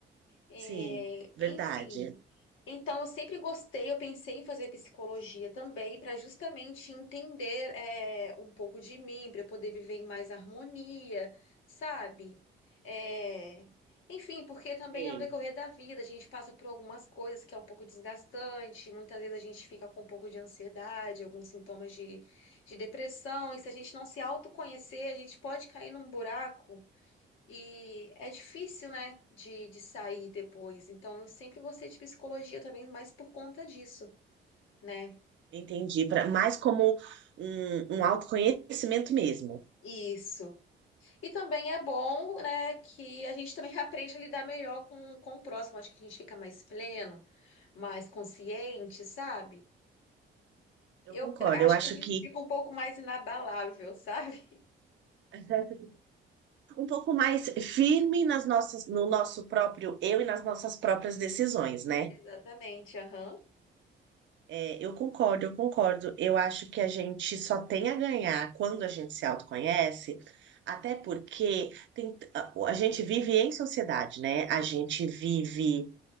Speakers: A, on the left (about 85°); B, on the right (about 70°).
A: É,
B: Sim, verdade.
A: enfim. Então, eu sempre gostei, eu pensei em fazer psicologia também, para justamente entender é, um pouco de mim, para eu poder viver em mais harmonia, sabe? É, enfim, porque também
B: Sim.
A: é o decorrer da vida, a gente passa por algumas coisas que é um pouco desgastante, muitas vezes a gente fica com um pouco de ansiedade, alguns sintomas de, de depressão, e se a gente não se autoconhecer, a gente pode cair num buraco. E é difícil, né, de, de sair depois. Então, eu sempre gostei de psicologia também, mais por conta disso, né?
B: Entendi, pra, mais como um, um autoconhecimento mesmo.
A: Isso. E também é bom, né, que a gente também <laughs> aprende a lidar melhor com, com o próximo. Acho que a gente fica mais pleno, mais consciente, sabe?
B: Eu
A: Eu
B: concordo,
A: acho
B: eu acho
A: que a gente
B: que
A: fica um pouco mais inabalável, sabe?
B: <laughs> um pouco mais firme nas nossas, no nosso próprio eu e nas nossas próprias decisões, né?
A: <laughs> Exatamente, aham.
B: É, eu concordo, eu concordo. Eu acho que a gente só tem a ganhar quando a gente se autoconhece, até porque tem- a a gente vive em sociedade, né? A gente vive